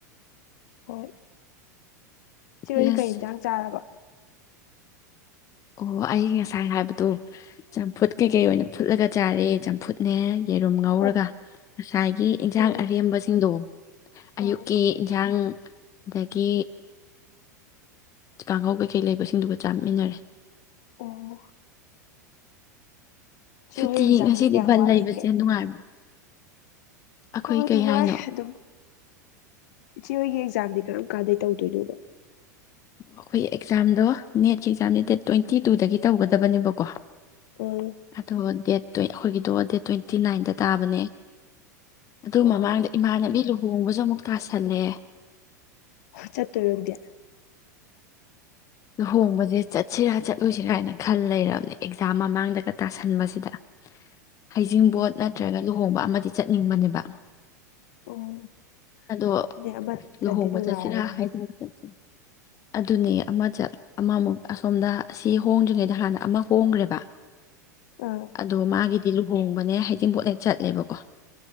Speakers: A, on the left; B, on the left.
A: ꯍꯣꯏ ꯏꯆꯦ
B: ꯁꯦꯁ
A: ꯍꯧꯗꯤ ꯀꯩ ꯌꯦꯟꯖꯥꯡ ꯆꯥꯔꯕ
B: ꯑꯣ ꯑꯩ ꯉꯁꯥꯏ ꯍꯥꯏꯕꯗꯣ ꯆꯝꯐꯨꯠ ꯀꯩꯀꯩ ꯑꯣꯏꯅ ꯐꯨꯠꯂꯒ ꯆꯥꯔꯦ ꯆꯝꯐꯨꯠꯅꯦ ꯌꯦꯩꯔꯨꯝ ꯉꯧꯔꯒ
A: ꯑꯣ
B: ꯉꯁꯥꯏꯒꯤ ꯌꯦꯟꯖꯥꯡ
A: ꯑꯣ
B: ꯑꯔꯦꯝꯕꯁꯤꯡꯗꯣ ꯑꯌꯨꯛꯀꯤ
A: ꯑꯥ
B: ꯏꯟꯁꯥꯡ ꯗꯒꯤ ꯀꯥꯡꯍꯧ ꯀꯩꯀꯩ ꯂꯩꯕꯁꯤꯡꯗꯨꯒ ꯆꯥꯃꯤꯟꯅꯔꯦ
A: ꯑꯣ ꯆꯦ
B: ꯁꯨꯇꯤ
A: ꯍꯣꯏ ꯑꯦꯛꯖꯥꯝꯗꯤ
B: ꯉꯁꯤꯗꯤ
A: ꯀꯌꯥꯝ
B: ꯕꯟ
A: ꯋꯥꯠꯂꯤꯒꯦ
B: ꯂꯩꯕꯁꯦ ꯅꯨꯡꯉꯥꯏꯕ꯭ꯔꯥ ꯑꯩꯈꯣꯏ
A: ꯍ ꯑꯗꯨꯒꯒ
B: ꯀꯩ ꯍꯥꯏꯅꯣ
A: ꯑꯗꯨ ꯑꯗꯨꯝ ꯏꯆꯦ ꯍꯣꯏꯒꯤ ꯑꯦꯛꯖꯥꯝꯗꯤ ꯀꯔꯝ ꯀꯥꯟꯗꯗꯒꯤ ꯇꯧꯗꯣꯏꯅꯣꯕ
B: ꯑꯩꯈꯣꯏ ꯑꯦꯛꯖꯥꯝꯗꯣ ꯅꯦꯠꯁ ꯑꯦꯛꯖꯥꯝꯗꯤ ꯗꯦꯠ ꯇ꯭ꯋꯦꯟꯇꯤ ꯇꯨꯗꯒꯤ ꯇꯧꯒꯗꯕꯅꯦꯕꯀꯣ
A: ꯑꯥ
B: ꯑꯗꯣ ꯗꯦꯠ ꯑꯩꯈꯣꯏꯒꯤꯗꯣ ꯗꯦꯠ ꯇ꯭ꯋꯦꯟꯇꯤ ꯅꯥꯏꯟꯗ ꯇꯥꯕꯅꯦ ꯑꯗꯨ
A: ꯑꯣ
B: ꯃꯃꯥꯡꯗ ꯏꯃꯥꯟꯅꯕꯤ ꯂꯨ ꯊꯣꯡꯕꯁꯨ ꯑꯃꯨꯛ ꯇꯥꯁꯜꯂꯦ
A: ꯆꯠꯇꯣꯢꯔꯣ ꯅꯪꯗꯤ
B: ꯂꯨꯍꯣꯡꯕꯁꯦ ꯆꯠꯁꯤꯔꯥ ꯆꯠꯂꯨꯁꯤꯔꯥ ꯍꯥꯏꯅ ꯈꯜ ꯂꯩꯔꯕꯅꯦ ꯑꯦꯛꯖꯥꯝ ꯃꯃꯥꯡꯗꯒ ꯇꯥꯁꯟꯕꯁꯤꯗ ꯍꯩꯖꯤꯡꯕꯣꯠ ꯅ ꯅꯠꯇꯔꯒ ꯂꯨꯍꯣꯡꯕ ꯑꯃꯗꯤ ꯆꯠꯅꯤꯡꯕꯅꯦꯕ
A: ꯎꯝ
B: ꯑꯗꯣ
A: ꯑꯗꯩ ꯑꯃ ꯅꯠꯇ꯭ꯔꯗꯤ
B: ꯂꯨꯍꯣꯡꯕ
A: ꯅꯨꯡꯉꯥꯏꯔꯔꯣꯏ
B: ꯆꯠꯁꯤꯔꯥ ꯍꯥꯏꯖꯤꯡꯕꯣꯠ ꯆꯠꯁꯤ ꯑꯗꯨꯅ ꯑꯃ ꯑꯃꯃꯨꯛ ꯑꯁꯣꯝꯗ ꯁꯤ ꯍꯣꯡꯗ꯭ꯔꯤꯉꯩꯗ ꯍꯥꯟꯅ ꯑꯃ ꯍꯣꯡꯈ꯭ꯔꯦꯕ
A: ꯑꯥ
B: ꯑꯗꯣ ꯃꯥꯒꯤ ꯗꯤ ꯂꯨꯍꯣꯡꯕꯅꯦ ꯍꯩꯗꯤꯤꯡ ꯄꯣꯠꯂ ꯆꯠꯂꯦꯕꯀꯣ